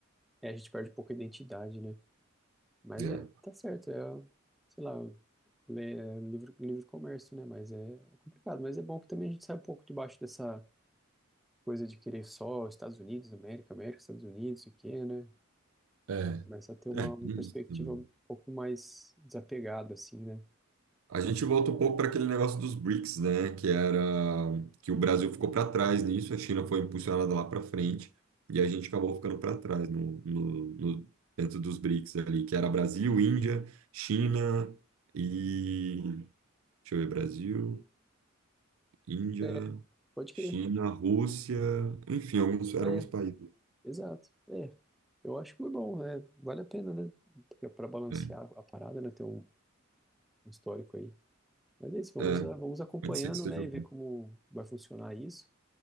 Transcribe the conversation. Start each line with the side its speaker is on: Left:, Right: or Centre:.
Centre: É, a gente perde pouca identidade, né? Mas
Right: né?
Centre: é, tá certo, é, sei lá, le- é livre, livre comércio, né? Mas é, é complicado. Mas é bom que também a gente sai um pouco debaixo dessa coisa de querer só Estados Unidos, América, América, Estados Unidos, o quê, né?
Right: É,
Centre: Começa a ter uma,
Right: é,
Centre: uma
Right: isso
Centre: perspectiva
Right: também.
Centre: um pouco mais desapegada, assim, né?
Right: A gente volta um pouco para aquele negócio dos BRICS, né? Que era que o Brasil ficou para trás nisso, a China foi impulsionada lá para frente e a gente acabou ficando para trás no, no, no- dentro dos BRICS ali, que era Brasil, Índia, China e deixa eu ver, Brasil, Índia.
Centre: É, pode crer.
Right: China, Rússia, enfim, alguns, eram
Centre: É,
Right: alguns países.
Centre: exato. É, eu acho que foi bom, é, vale a pena, né? Porque para balancear
Right: É,
Centre: a parada, né? Ter um, um histórico aí. Mas é isso, vamos,
Right: é,
Centre: a- vamos acompanhando,
Right: pode ser que seja
Centre: né?
Right: algum.
Centre: E ver como vai funcionar isso.